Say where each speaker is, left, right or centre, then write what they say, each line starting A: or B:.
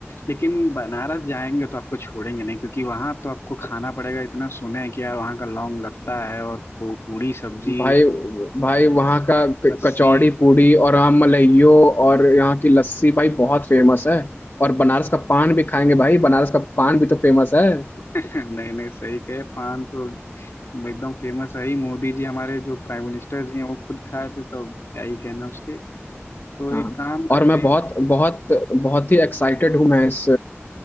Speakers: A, on the left; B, on the left.
A: लेकिन बनारस जाएंगे तो आपको छोड़ेंगे नहीं क्योंकि वहाँ तो आपको खाना पड़ेगा इतना सुने हैं कि यार वहाँ का लौंग लत्ता है और पू- पूरी सब्जी
B: भाई भाई वहाँ का क-
A: लस्सी
B: कचौड़ी पूड़ी और वहाँ मलाइयो और यहाँ की लस्सी भाई बहुत फेमस है और बनारस का पान भी खाएंगे भाई बनारस का पान भी तो फेमस है
A: <laughs> नहीं नहीं सही कहे पान तो एकदम फेमस है ही मोदी जी हमारे जो प्राइम मिनिस्टर जी हैं वो खुद खाए थे तो अब क्या ही कहना उसके तो
B: हाँ
A: एक काम करते
B: और मैं
A: हैं
B: बहुत
A: तो
B: बहुत बहुत ही एक्साइटेड हूँ मैं इस